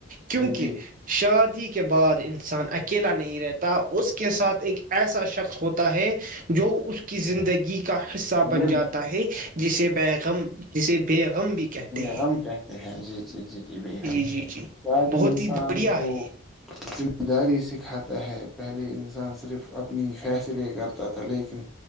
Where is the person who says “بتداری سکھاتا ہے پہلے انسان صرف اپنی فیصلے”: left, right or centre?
Centre